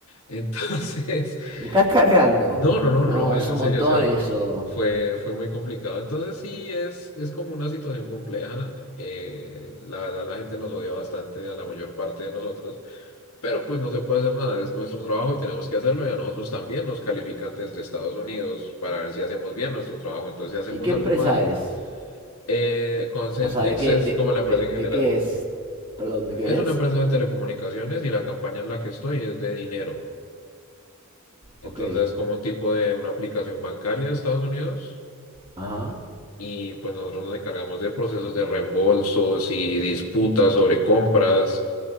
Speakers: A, on the left; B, on the right.
A: Entonces, <laughs>
B: me estás cargando.
A: No, no, no,
B: No,
A: no, es
B: es
A: en
B: un
A: serio,
B: montón
A: o sea,
B: eso.
A: fue, fue muy complicado. Entonces sí, es, es como una situación compleja. eh, la verdad, la gente nos odia bastante a la mayor parte de nosotros, pero pues no se puede hacer nada, es nuestro trabajo y tenemos que hacerlo y a nosotros también nos califican desde Estados Unidos para ver si hacemos bien nuestro trabajo. Entonces, si hacemos
B: ¿Y qué empresa
A: algo mal,
B: es?
A: eh, Concentrix
B: O sea, ¿de qué,
A: es
B: de,
A: como la empresa
B: de,
A: en
B: de
A: general.
B: qué es? Perdón, ¿de qué
A: Es una
B: es?
A: empresa de telecomunicaciones y la campaña en la que estoy es de dinero. Entonces,
B: Ok,
A: es como un tipo de una aplicación bancaria de Estados Unidos
B: ajá.
A: y pues nosotros nos encargamos de procesos de reembolsos y disputas sobre compras